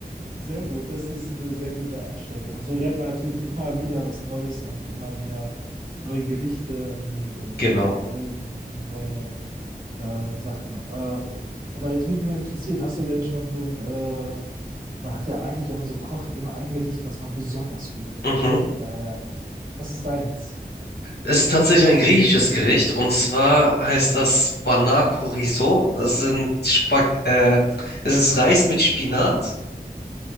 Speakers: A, on the right; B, on the left.
A: Sehr gut, das ist eine sehr gute Einstellung. Und so lernt man natürlich immer wieder was Neues und immer wieder neue Gerichte irgendwie und
B: Genau.
A: äh, neue, neue äh, Sachen. Äh, aber jetzt würde mich mal interessieren, hast du denn schon so ein, äh, man hat ja eigentlich, wenn man so kocht, immer ein Gericht, was man besonders gut
B: Mhm.
A: kann. Daher, was ist deins?
B: Es ist tatsächlich ein griechisches Gericht und zwar heißt das Banakorizo. Das sind Spag äh, es ist Reis mit Spinat